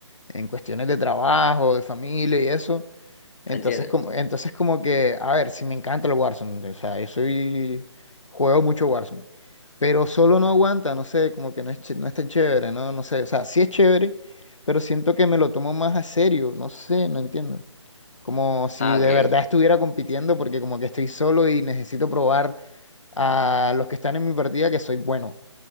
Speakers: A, on the left; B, on the left.
A: en cuestiones de trabajo, de familia y eso. Entonces
B: Entiendo.
A: como, entonces como que, a ver, si me encanta el Warzone, o sea, yo soy, juego mucho Warzone, pero solo no aguanta, no sé, como que no es, ch- no es tan chévere, no, no sé, o sea, sí es chévere, pero siento que me lo tomo más a serio, no sé, no entiendo. Como si
B: Ah,
A: de
B: ok.
A: verdad estuviera compitiendo porque como que estoy solo y necesito probar a los que están en mi partida que soy bueno.